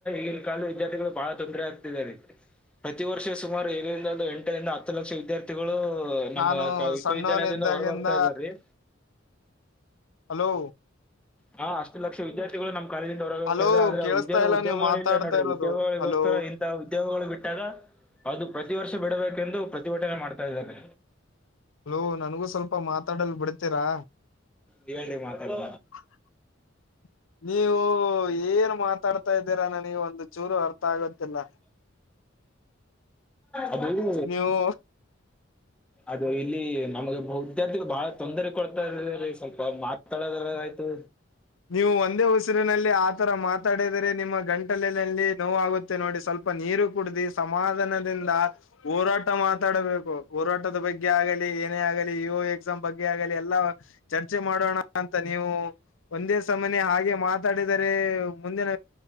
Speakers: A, in the centre; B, on the left.
A: ಈಗ ಕಾಲದ ವಿದ್ಯಾರ್ಥಿಗಳು ಬಹಳ ತೊಂದರೆ ಆಗ್ತಿದ್ದೆ ರೀ. ಪ್ರತಿ ವರ್ಷ ಸುಮಾರು ಏಳರಿಲೂ ಎಂಟರಿಂದ ಹತ್ತು ಲಕ್ಷ ವಿದ್ಯಾರ್ಥಿಗಳು. ನಮ್ಮ
B: ನಾನು
A: ಕ- ವಿಶ್ವವಿದ್ಯಾಲಯದಿಂದ
B: ಸಣ್ಣವನ ಇದ್ದಾಗಿಂದ
A: ಹೊರಗೋಗ್ತಾ ಇದ್ದಾರೆ
B: ಹಲೋ.
A: ಹಾ ಅಷ್ಟು ಲಕ್ಷ ವಿದ್ಯಾರ್ಥಿ. ಉದೋಗ್ಯಗಳು ಕಾಲೇಜಿಂದ ಹೊರಗೋಗ್ತಾರೆ
B: ಹಲೋ
A: ಆದ್ರೆ
B: ಕೇಳಿಸ್ತಾ
A: ಉದ್ಯೋಗ
B: ಇಲ್ಲ
A: ಉದ್ಯೋಗಗಳ
B: ನೀವು ಮಾತಾಡ್ತಾ
A: ಇಲ್ಲ ನೋಡ್ರಿ
B: ಇರೋದು
A: ಉದ್ಯೋಗಗಳಿಗೋಸ್ಕರ
B: ಹಲೋ
A: ಇಂತ. ಉದ್ಯೋಗಗಳು ಬಿಟ್ಟಾಗ ಅದು ಪ್ರತಿ ವರ್ಷ ಬಿಡಬೇಕೆಂದು ಪ್ರತಿಭಟನೆ ಮಾಡ್ತಾ ಇದ್ದಾರೆ.
B: ಹಲೋ ನನ್ಗೂ ಸ್ವಲ್ಪ ಮಾತಾಡಲ್ ಬಿಡ್ತೀರಾ.
A: ಹೇಳ್ರಿ ಮಾತಾಡಿ
B: <inaudible> ನೀವು ಏನ್ ಮಾತಾಡ್ತಾ ಇದ್ದೀರಾ ನನಗೆ ಒಂದು ಚೂರು ಅರ್ಥ ಆಗತ್ತಿಲ್ಲ.
A: ಅದು
B: ನೀವು
A: ಅದು ಇಲ್ಲಿ ನಮಗೆ ವಿದ್ಯಾರ್ಥಿಗಳು ಬಹಳ. ತೊಂದರೆ ಕೊಡ್ತಾಯಿದೆರೀ ಸ್ವಲ್ಪ ಮಾತಾಡೋದ್ರ ಆಯ್ತು.
B: ನೀವು ಒಂದೇ ಉಸಿರಿನಲ್ಲಿ ಆತರ ಮಾತಾಡಿದರೆ ನಿಮ್ಮ ಗಂಟಲಲ್ಲಿ ನೋವುಗುತ್ತೆ. ನೋಡಿ ಸ್ವಲ್ಪ ನೀರು ಕುಡ್ದಿ ಸಮಾಧಾನದಿಂದ. ಹೋರಾಟ ಮಾತಾಡಬೇಕು ಹೋರಾಟದ ಬಗ್ಗೆ ಆಗಲಿ ಏನೇ ಆಗಲಿ ಇ ಓ ಎಕ್ಸಾಮ್ ಬಗ್ಗೆ ಆಗಲಿ ಎಲ್ಲಾ. ಚರ್ಚೆ ಮಾಡೋಣ ಅಂತ ನೀವು. ಒಂದೇ ಸಮನೆ ಹಾಗೆ ಮಾತಾಡಿದರೆ ಮುಂದಿನ